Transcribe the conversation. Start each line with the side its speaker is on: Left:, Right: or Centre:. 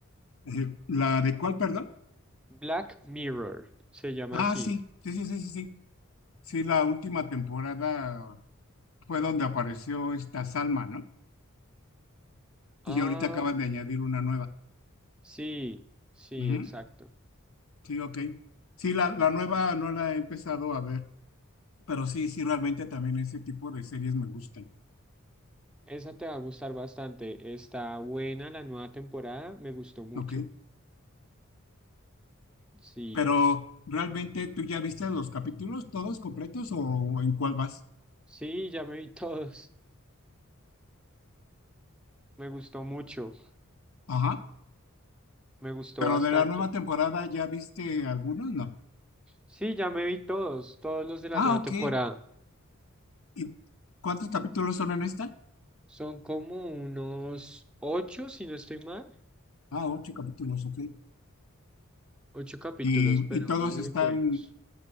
Left: Eh, ¿la de cuál, perdón?
Centre: Black Mirror se llama
Left: Ah,
Centre: así.
Left: sí, sí, sí, sí, sí, sí. Sí, la última temporada fue donde apareció esta Salma, ¿no?
Centre: Ah,
Left: Y ahorita acaban de añadir una nueva.
Centre: sí, sí,
Left: Ujú,
Centre: exacto.
Left: Sí, ok. Sí, la, la nueva no la he empezado a ver, pero sí, sí, realmente también ese tipo de series me gustan.
Centre: Esa te va a gustar bastante. Está buena la nueva temporada. Me gustó mucho.
Left: Ok.
Centre: Sí.
Left: Pero realmente tú ya viste los capítulos todos completos o en cuál vas?
Centre: Sí, ya me vi <laughs> todos. Me gustó mucho.
Left: Ajá.
Centre: Me gustó
Left: Pero
Centre: bastante.
Left: de la nueva temporada ya viste algunos, no.
Centre: Sí, ya me vi todos, todos los de la
Left: Ah,
Centre: nueva
Left: ok.
Centre: temporada.
Left: ¿Y cuántos capítulos son en esta?
Centre: Son como unos ocho, si no estoy mal,
Left: Ah, ocho capítulos, ok.
Centre: ocho capítulos,
Left: ¿Y,
Centre: pero
Left: y todos
Centre: muy
Left: están
Centre: buenos.